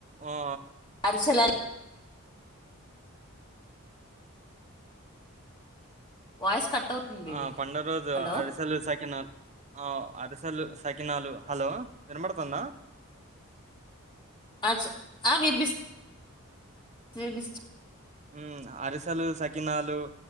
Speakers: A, on the right; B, on the left.
A: ఆ
B: అరిచెల వాయిస్ కట్ అవుతుంది ఇది
A: ఆ పండగా రోజు
B: హలో
A: అరిసెలు సకినాాలు ఆ అరిసెలు సకినాలు హలో వినపడుతుందా
B: అ చేప్ ఆ వినిపిస్త్ <unintelligible>
A: ఉ అరిసెలు సకినాలు